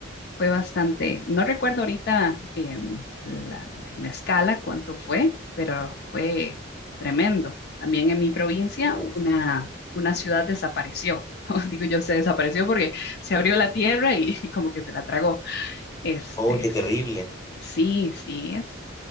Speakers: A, on the left; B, on the left.
A: fue bastante, no recuerdo ahorita em, la- en la escala cuánto fue, pero fue tremendo. También en mi provincia
B: uh,
A: una, una ciudad desapareció. <laughs> O digo yo, se desapareció porque se abrió la tierra y, <laughs> como que se la tragó. Este,
B: oh, qué terrible.
A: sí, sí, es